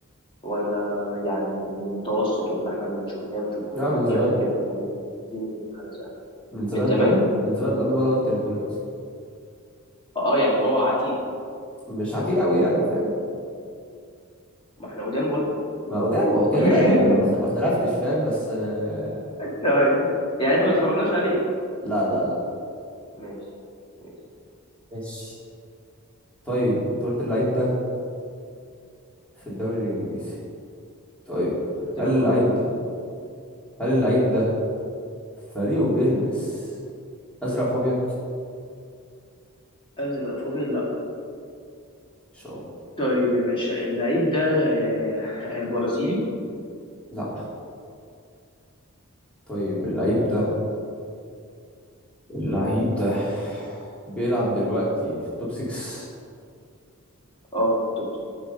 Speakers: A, on the left; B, in the centre.
A: ولا يعني متوسط ولا احنا ما شفناه ما شفناهوش
B: لا من زمان
A: يعني كده فاهم اديني حاجه سهله
B: من زمان
A: من زمان
B: لم- من زمان لما انا وانت اللي اتولد اصلا
A: اه يعني هو عتيق
B: مش عتيق قوي يعني فاهم
A: ما احنا قدام برضو
B: ما قدام هو
A: <laughs>
B: كده كده قديم انا ما اخت- ما اختلفتش فاهم بس آه،
A: طيب يعني احنا ما اتفرجناش عليه
B: لا لا لا
A: ماشي ماشي
B: ماشي طيب انت قلت اللعيب ده في الدوري الانجليزي طيب
A: قلت
B: هل
A: لك
B: اللعيب
A: اه انجليزي
B: ده
A: بقى
B: هل اللعيب ده فريقه بيلبس ازرق في ابيض
A: ازرق فابيض لا
B: شو
A: طيب يا باشا اللعيب ده آه، آه، برازيلي
B: لا طيب
A: اوه
B: اللعيب
A: ماي جاد
B: ده اللعيب ده بيلعب دلوقتي في التوب 6
A: اه طب